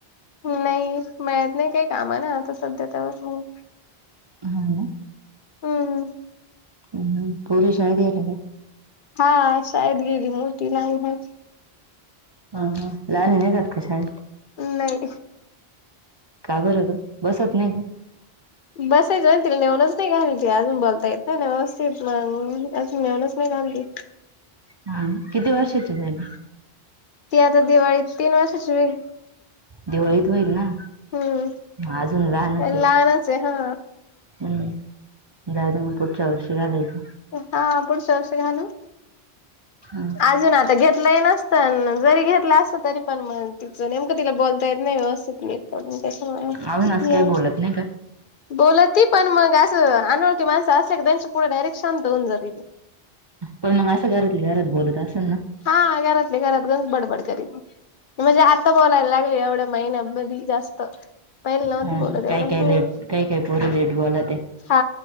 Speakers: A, on the left; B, on the right.
A: नाही मळ्यात काय नाही काही कामा ना आता सध्या त्यावर म्हणून
B: हा ना
A: हम्म
B: हम्म पोरी शाळेत गेला
A: हा शाळेत गेली मोठी ला हो
B: ह हा लाहान नाही जात कशा
A: नाही
B: का बरं बसत नाही का
A: बसायचं म्ह त नेऊनच नाही घाललीते अजून बोलता येत ना व्यवस्थित मग अजून नेऊनच नाही घालती <unintelligible>
B: हा किती वर्षाची झाली
A: ती आता दिवाळीत तीन वर्षाची होईल
B: दिवाळीत होईल ना
A: हम्म
B: अजून लहानच
A: लहानच आहे हा
B: हम्म दाज मग पुढच्या वर्षी घालायच
A: हा पुढच्या वर्षि घालू
B: हा.
A: अजून आता घेत नसत जरी घेतलं असत तरी पण मग तिचं नेमकं तिला बोलता येत नाही व्यवस्थित मी स म
B: अजून असं काही बोलत नाही का?
A: <unintelligible> बोलती पण मग असं अनवळती माणसं असें क त्यांच्या पुढे डायरेक्ट शांत होऊन जातेी
B: पण मग असं घरातली घरात बोलत असं ना
A: हा घरातली घरात अस बडबड करत म्हणजे आता बोलायला लागले एवढ्या महिन बधी जास्त पहिले नव्हती
B: हा
A: बोलत
B: काय
A: एवढं
B: काय
A: हम्म
B: लेट काय काय पोरी लेट बोलात
A: हा